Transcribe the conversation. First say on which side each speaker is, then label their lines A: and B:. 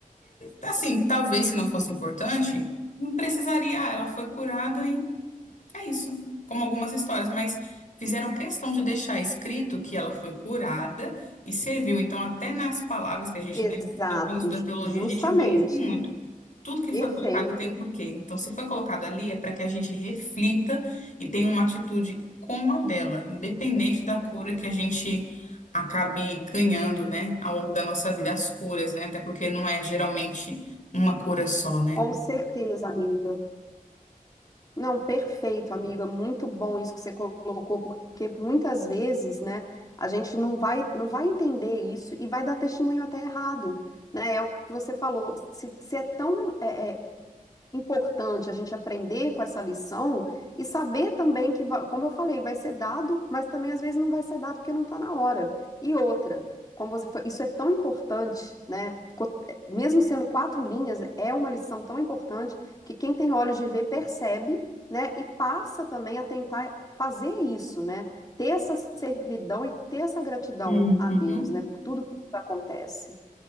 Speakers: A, on the left (about 60°); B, on the left (about 25°).
A: Assim, talvez se não fosse importante, não precisaria. Ah, Ela foi curada é isso, como algumas histórias, mas fizeram questão de deixar escrito que ela foi curada e serviu. Então, até nas palavras que a gente,
B: Exato,
A: né, quando estuda
B: ju-
A: teologia,
B: justamente.
A: a gente vê isso muito. Tudo que
B: Perfeito.
A: foi colocado tem um porquê. Então, se foi colocado ali, é para que a gente reflita e tenha uma atitude como a dela, independente da cura que a gente acabe ganhando, né, ao longo da nossa vida, as curas, né, até porque não é geralmente uma cura só, né?
B: Com certeza, amiga. Não, perfeito, amiga. Muito bom isso que você colocou, porque muitas vezes, né, a gente não vai, não vai entender isso e vai dar testemunho até errado, né? É o que você falou. Se, se é tão é, é, importante a gente aprender com essa lição e saber também que, va- como eu falei, vai ser dado, mas também às vezes não vai ser dado porque não está na hora. E outra, como você foi, isso é tão importante, né? Co- Mesmo sendo quatro linhas, é uma lição tão importante que quem tem olhos de ver percebe, né? E passa também a tentar fazer isso, né? Ter essa servidão e ter essa gratidão
A: Uhum.
B: a Deus, né? Por tudo que acontece.